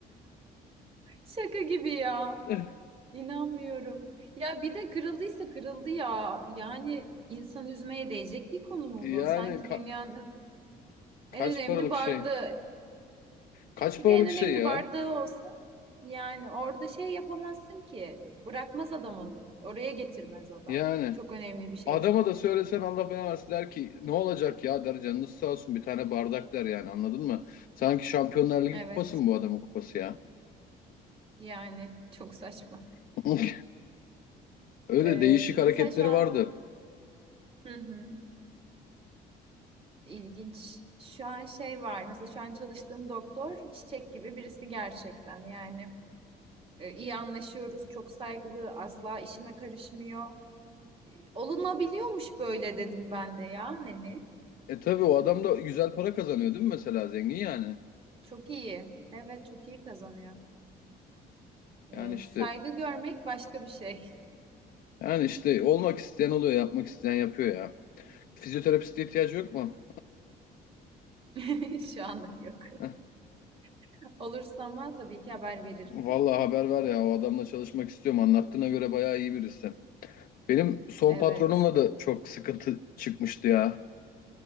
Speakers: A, on the right; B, on the left.
A: Şaka gibi ya.
B: <laughs>
A: İnanmıyorum. Ya bir de kırıldıysa kırıldı ya. Yani insan üzmeye değecek bir konu mu
B: Yani
A: bu? Sanki
B: ka-
A: dünyanın
B: kaç
A: en önemli
B: paralık
A: bardağı.
B: şey? Kaç
A: Bir
B: paralık
A: de en önemli
B: şey ya?
A: bardağı olsa yani orada şey yapamazsın ki. Bırakmaz adam onu. Oraya getirmez adam.
B: Yani
A: Çok önemli bir şeyse.
B: Adama da söylesen Allah belanı versin der ki ne olacak ya der canınız sağ olsun bir tane bardak der yani anladın mı? Sanki Şampiyonlar Ligi
A: Evet.
B: kupası mı bu adamın kupası ya?
A: Yani çok saçma.
B: <laughs> Öyle
A: Ee,
B: değişik hareketleri
A: mesela şu an
B: vardı.
A: Hı hı. İlginç. Şu an şey var mesela şu an çalıştığım doktor çiçek gibi birisi gerçekten yani e, iyi anlaşıyoruz çok saygılı asla işime karışmıyor. Olunabiliyormuş böyle dedim ben de ya hani
B: E tabii o adam da güzel para kazanıyor değil mi mesela zengin yani?
A: çok iyi evet çok iyi kazanıyor. E,
B: Yani işte
A: saygı görmek başka bir şey
B: yani işte olmak isteyen oluyor yapmak isteyen yapıyor ya. Fizyoterapiste ihtiyacı yok mu?
A: <laughs> şu anlık yok.
B: Heh,
A: <laughs> Olursa ama tabii ki haber veririm.
B: Vallahi haber ver ya o adamla çalışmak istiyorum anlattığına göre bayağı iyi birisi. Benim son
A: Evet
B: patronumla da çok sıkıntı çıkmıştı ya.